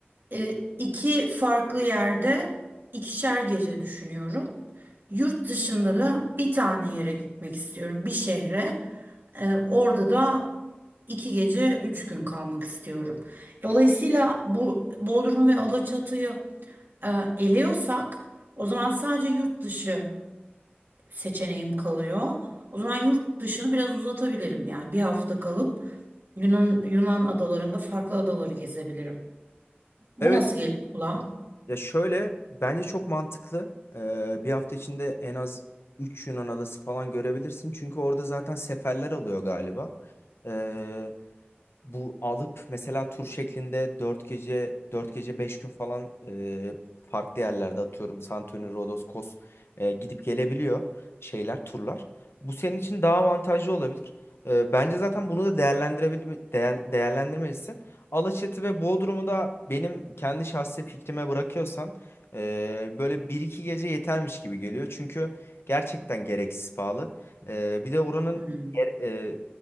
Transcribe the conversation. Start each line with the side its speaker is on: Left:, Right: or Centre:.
Right: e, iki farklı yerde ikişer gece düşünüyorum. Yurt dışında da bir tane yere gitmek istiyorum, bir şehre. E, orada da iki gece üç gün kalmak istiyorum. Dolayısıyla bu Bodrum ve Alaçatı'yı e, eliyorsak, o zaman sadece yurt dışı seçeneğim kalıyor. O zaman yurt dışını biraz uzatabilirim yani bir hafta kalıp Yunan Yunan adalarında farklı adaları gezebilirim. Bu
Left: Evet.
Right: nasıl geliyor kulağa?
Left: Ya şöyle bence çok mantıklı. Ee, bir hafta içinde en az 3 Yunan adası falan görebilirsin. Çünkü orada zaten seferler alıyor galiba. Ee, bu alıp mesela tur şeklinde dört gece 4 gece 5 gün falan e, farklı yerlerde atıyorum Santorini, Rodos, Kos e, gidip gelebiliyor şeyler, turlar. Bu senin için daha avantajlı olabilir. E, bence zaten bunu da değerlendirebilme, değer- değerlendirmelisin. Alaçatı ve Bodrum'u da benim kendi şahsi fikrime bırakıyorsan e, böyle bir iki gece yetermiş gibi geliyor. Çünkü gerçekten gereksiz pahalı. E, bir de oranın
Right: Hmm.
Left: e,